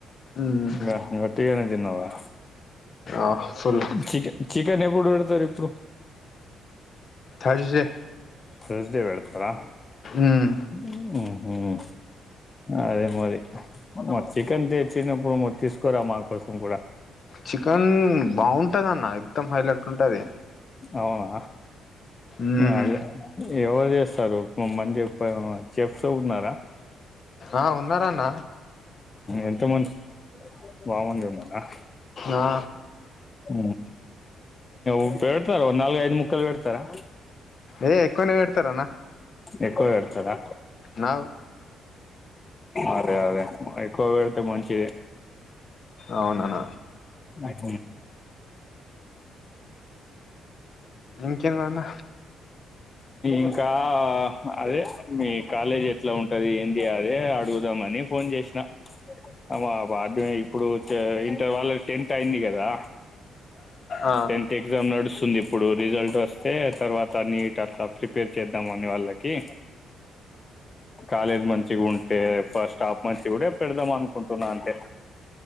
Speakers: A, on the left; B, on the left.
A: మ్మ్
B: ఇంగా ఒట్టిగానే తిన్నావా
A: ఆ ఫుల్
B: చికెన్ చికెన్ ఎప్పుడు పెడతారు ఇప్పుడు
A: థర్స్డే
B: త్ర్సడై పెడతాడా
A: మ్మ్
B: ఉమ్ ఉ అదే మరి మరి చికెన్ తెచ్చినప్ వామో తీసుకురా మా కోసం కూడా
A: చికెన్ బాగుంటదన్న ఎక్దమ్ హైలైట్ ఉంటది
B: అవునా
A: మ్మ్
B: అదే యోగా చెయ్ స్తారు పోమని చెప్పరు చెప్తున్నారా
A: ఆ ఉన్నార అన్న
B: ఎంతో మంది బామంది ఉన్నానా
A: ఆ
B: ఉ ఉప్పే పెడతారు నల్గు ఐదు ముక్కాలు పెడతారా
A: ఏ ఎక్కువనే పెడతారు అన్న
B: ఎక్కువ పెడతారా
A: నావు
B: అదే అదే ఎక్కువ పెడితే మంచిదే
A: అవునన
B: <unintelligible> <unintelligible>
A: ఇంకేందన్న
B: ఇంకా అదే మీ కాలేజ్ ఎట్లా ఉంటది ఏంది అదే అడుగుదామని ఫోన్ చేసిన అమ్మా బ అ ఇప్పుడు ఇంటర్ వాళ్ళ టెన్త్ అయింది కదా
A: ఆ
B: టెన్త్ ఎక్జామ్ నడు వస్తుంది ఇప్పుడు రిజల్ట్ వస్తే తర్వాత నీట్ అట్లా ప్రిపేర్ చేద్దాం అని వాళ్ళకి కాలేజ్ మంచిగా ఉంటే ఫస్టాఫ్ మంచి ఉంటే పెడదాం అనుకుంటున్నా అంటే